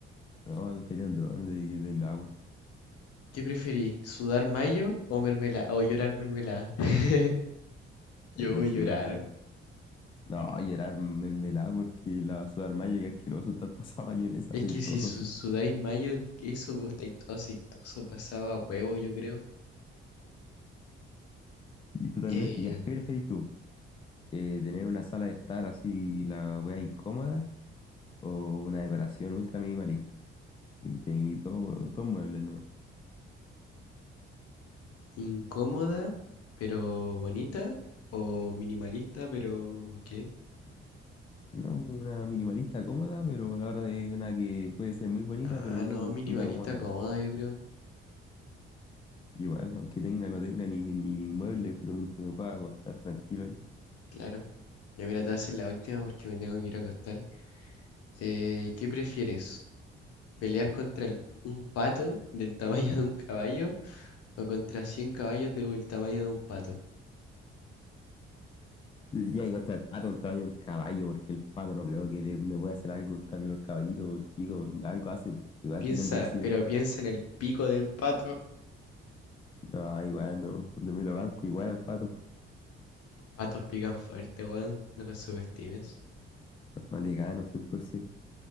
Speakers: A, on the left (about 15°); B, on the left (about 50°).
A: No, me gustaría el dron de- del agua.
B: ¿Qué preferí? ¿Sudar mayo o mermelada? ¿O llorar mermelada? <laughs>
A: Eh,
B: Yo voy
A: sudar.
B: a llorar.
A: No, llorar mermelada porque la sudar mayo y asqueroso estar <laughs> pasada mayonesa
B: Es
A: aceitoso
B: que si su-
A: así.
B: sudáis mayo, eso, vos estáis todo aceitoso, pasaba huevo, yo creo.
A: Y totalmente,
B: Eh,
A: ya, ¿qué preferís tú? Eh, ¿tener una sala de estar así, la weá incómoda? ¿O una decoración ultra minimalista? Y no tenéis todo, todo muebles, ¿no?
B: incómoda, pero bonita. O minimalista, pero ¿qué?
A: No, pues, una minimalista cómoda, pero a la hora de una que puede ser muy bonita,
B: Ah,
A: pero no,
B: no, minimalista
A: no te acomoda.
B: cómoda, yo creo.
A: Igual, aunque tenga, no tenga ni, ni muebles, pero mientras me pueda acostar tranquilo ahí.
B: Claro. Ya mira, te haces la última porque me tengo que ir a acostar. Eh, ¿qué prefieres? ¿Pelear contra el- un pato del tamaño de un caballo o contra 100 caballos del tamaño de un pato?
A: Yo Diría que contra el pato un tamaño de un caballo, porque el pato no creo que le- me pueda hacer algo. En cambio, los caballitos chicos, algo hacen. Igual
B: Piensa,
A: tienen velocidad.
B: pero piensa en el pico del pato.
A: No, igual no. Lo me lo banco igual al pato.
B: Los patos pican fuerte, weón. No los subestimes.
A: No le gano 100%.